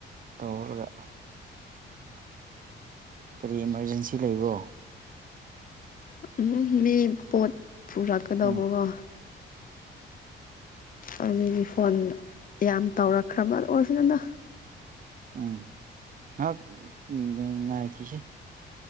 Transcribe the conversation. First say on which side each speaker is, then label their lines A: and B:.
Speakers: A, on the right; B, on the left.
A: ꯇꯧꯔꯒ ꯀꯔꯤ ꯏꯃꯥꯔꯖꯦꯟꯁꯤ ꯂꯩꯕ꯭ꯔꯣ
B: ꯎꯝ ꯃꯤ ꯄꯣꯠ ꯄꯨꯔꯛꯀꯗꯧꯕꯀꯣ
A: ꯎꯝ
B: ꯑꯗꯨꯗꯒꯤ ꯐꯣꯟ ꯌꯥꯝ ꯇꯧꯔꯛꯈ꯭ꯔꯕ ꯑꯣꯏꯔꯁꯨ ꯅꯟꯗ
A: ꯎꯝ ꯉꯍꯥꯛ ꯉꯥꯏꯈꯤꯁꯦ